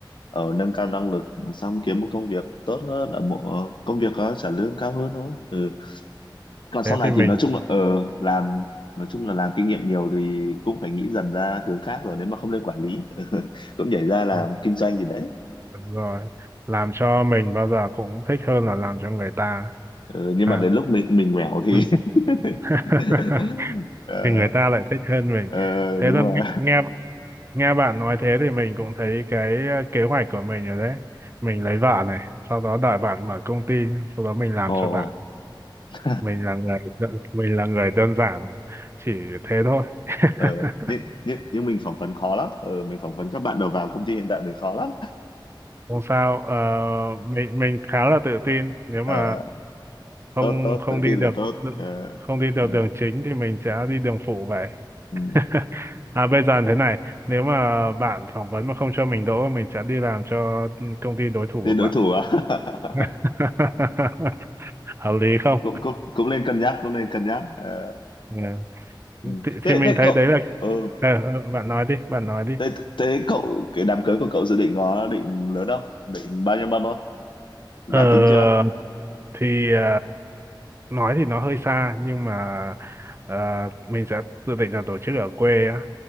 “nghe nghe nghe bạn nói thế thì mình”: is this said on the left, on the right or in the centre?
Right